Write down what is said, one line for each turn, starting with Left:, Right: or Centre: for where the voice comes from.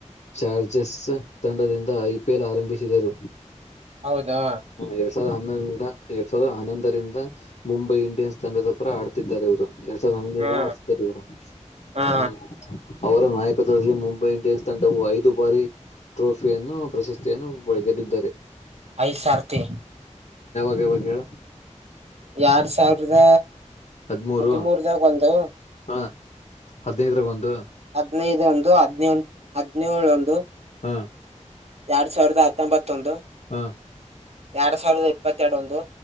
Left: ಚಾರ್ಜಸ್ ತಂಡದಿಂದ ಐ ಪಿ ಎಲ್ ಆರಂಭಿಸಿದರು.
Right: ಹೌದಾ
Left: ಎರಡ್ ಸಾವಿರದ ಹನ್ನೊಂದಂದ ಎರಡ್ ಸಾವಿರದ ಹನ್ನೊಂದರಿಂದ ಮುಂಬೈ ಇಂಡಿಯನ್ಸ್ ತಂಡದ ಪರ ಆಡ್ತಿದ್ದರೆ ಇವ್ರು. ಎರಡ್ ಸಾವಿರದ ಹನ್ನಂದರಿನ್ದ
Right: ಹಾ
Left: ಆಡಿಸ್ತಾರ್ ಇವ್ರು <unintelligible>
Right: ಹಾ
Left: ಹ್ಮ್. ಅವ್ರು ನಾಯಕತ್ವದಲ್ಲಿ ಮುಂಬೈ ಇಂಡಿಯನ್ಸ್ ತಂಡವು ಐದು ಬಾರಿ ಟ್ರೋಫಿಯನ್ನು ಪ್ರಶಸ್ತಿಯನ್ನು ಗೆದ್ದಿದ್ದಾರೆ.
Right: ಐದ್ ಸರ್ತಿ
Left: ಯಾವಗ್ ಹೇಳ್
Right: ಎಡ್ ಸಾವಿರದ
Left: ಹದ್ಮೂರು
Right: ಹದಿಮೂರು ದಗ ಒಂದು.
Left: ಹ <unintelligible> ಹದನೈದರಗ ಒಂದು
Right: ಹದ್ನೈದು ಇಂದು <unintelligible> ಹದ್ನೈ ಹದ್ನೋಳು ಒಂದು
Left: ಹ
Right: ಎರಡ್ ಸಾವಿರದ ಹತ್ತೊಂಬತ್ತೊಂದು
Left: ಹಾ
Right: ಎರಡ್ ಸಾವಿರದ ಇಪ್ಪತ್ತೆರಡು ಒಂದು